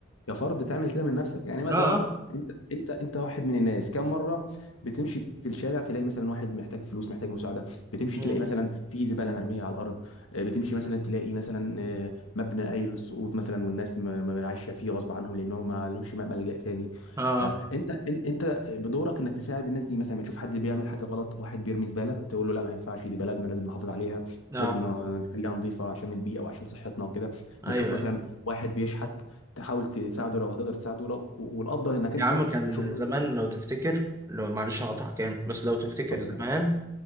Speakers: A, on the left (about 80°); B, on the right (about 15°).
A: كفرد تعمل كده من نفسك يعني مثلا
B: اه اه
A: انت انت انت واحد من الناس كم مره بتمشي في الشارع تلاقي مثلا واحد محتاج فلوس محتاج مساعده بتمشي
B: مم.
A: تلاقي مثلا في زباله مرميه على الارض آه، بتمشي مثلا تلاقي مثلا آه، مبنى قايل للسقوط مثلا والناس م- م- عايشه فيه غصب عنهم لانهم ما لهمش م- ملجأ تاني
B: اه
A: فانت انت انت بدورك انك تساعد الناس دي مثلا ما تشوف حد بيعمل حاجه غلط واحد بيرمي زباله تقول له لا ما ينفعش دي بلدنا لازم نحافظ عليها
B: اه
A: لازم ن- نخليها نظيفه عشان البيئه وعشان صحتنا وكده
B: ايوه
A: ما تشوف مثلا
B: ايوه
A: واحد بيشحت تحاول تساعده لو هتقدر تساعده لو والافضل انك انت
B: يا عم كان
A: تشوف له
B: زمان لو تفتكر لو معلش هقطعك يعني بس لو تفتكر
A: اتفضل
B: زمان
A: يا حبيبي